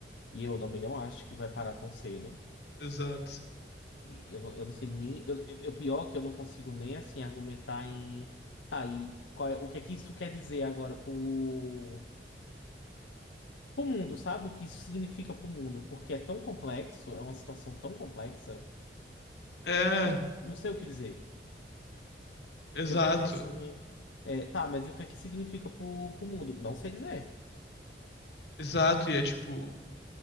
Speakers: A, on the left (about 80°); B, on the left (about 70°).
A: E eu também não acho que vai parar tão cedo.
B: Exato.
A: E eu, não- eu não sei nem. Eu, eu, eu- pior que eu não consigo nem assim argumentar em. Tá, e qual é- o que é que isso quer dizer agora pro, pro mundo, sabe? O que isso significa pro mundo? Porque é tão complexo, é uma situação tão complexa,
B: É,
A: que eu não sei o que dizer.
B: exato.
A: Você me perguntar assim. é, tá, mas e o que é que significa pro, pro mundo? Não sei dizer.
B: Exato, e é tipo,